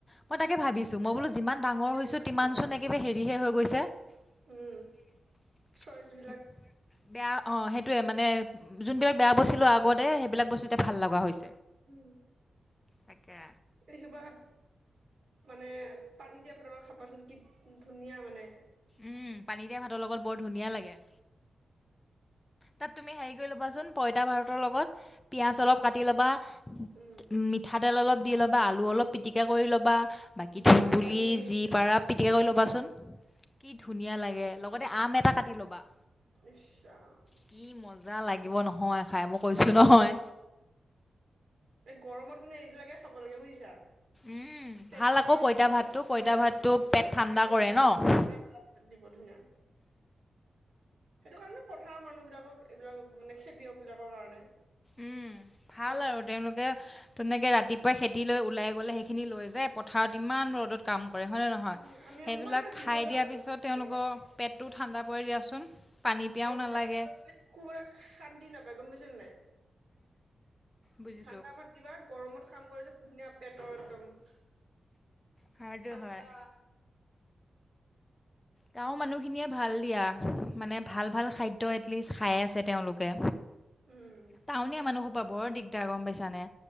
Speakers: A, on the left; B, on the right.
A: মই তাকে ভাবিছো
B: তুমি
A: মই বোলো যিমান
B: চাবাচোন
A: ডাঙৰ
B: কেনেকুৱা
A: হৈছো তিমান
B: লাগে
A: চোন একেবাৰে হেৰিহে হৈ গৈছে৷বেয়া,
B: উম চইচ বিলাক
A: অ', সেইটোৱে মান নে যোনবিলাক বেয়া বছিলো আগ <unintelligible> সেইবিলাক বস্তু এতিয়া ভাল লগা হৈছে
B: উম,
A: তাকে।
B: এইবাৰ মানে পানী দিয়া ভাতৰ লগত খাবাচোন কি ধুনীয়া মানে।
A: উম পানীদিয়া ভাতৰ লগত বৰ ধুনীয়া লাগে৷ তাত তুমি হেৰি কৰি ল'বাচোন পইতা ভাতৰ লগত পিয়াঁজ অলপ কাটি ল'বা৷মিঠাতেল
B: উম
A: অলপ দি ল'বা, আলু অলপ পিটিকা
B: ইচ
A: কৰি ল'বা, বাকী
B: মুখলৈকে
A: ধুন্দুলি
B: পানী আহি গৈছে
A: যি পাৰা
B: অ
A: পিটিকা কৰি ল'বাচোন৷ কি ধুনীয়া লাগে লগতে আম এটা কাটি ল'বা৷
B: ইছ্ ৰাম
A: কি মজা লাগিব নহয় খাই মোক কৈছোঁ নহয়
B: এই গৰমত কিন্তু এইবিলাকে খাব লাগে বুজিছা৷
A: উম
B: পেটৰ
A: ভাল আকৌ
B: কাৰণেও
A: পঁইতা
B: ভাল,
A: ভাতটো
B: ধুনীয়া
A: পঁইতা ভাতটো পেট ঠাণ্ডা
B: গাটো
A: কৰে
B: ধুনীয়া
A: ন।
B: <unintelligible> ঠাণ্ডা পেলাই দিব ধুনীয়া। সেইটো কাৰণে পথাৰৰ মানুহ বিলাকক এইবিলাক মানে খেতিয়ক বিলাকৰ কাৰণে
A: উম ভাল
B: পথাৰত
A: আৰু তেওঁলোকে তেনেকে ৰাতিপুৱাই খেতি তি লৈ ওলাই গ'লে সেইখিনি লৈ যায় পথাৰত ইমান ৰ'দত কাম কৰে হয়নে নহয়?
B: উম আমি
A: সেইবিলাক
B: মই আগতে
A: খাই
B: দিব যাওঁ
A: দিয়াৰ
B: মোৰ
A: পিছত তেওঁলোকৰ
B: দেউতাক
A: পেটটো ঠাণ্ডা <unintelligible> হয় দিয়াচোন। পানী পিয়াও
B: গৰম
A: নালাগে
B: ভাত <unintelligible> শান্তি নাপায় গম পাইছে নে নাই?
A: বুজিছোঁ
B: ঠাণ্ডা ভাত দিবা গৰমত কাম কৰি যে ধুনীয়া পেটৰ একদম <unintelligible>
A: সাৰটো
B: ঠাণ্ডা
A: হয়। গাঁৱৰ মানুহখিনিয়ে ভাল দিয়া৷ মানে ভাল ভাল খাদ্য এটলিষ্ট খাই আছে তেওঁলোকে
B: উম
A: টাউনীয়া মানুহসোপাৰ বৰ দিগ্‌ <unintelligible> গম পাইছ নে?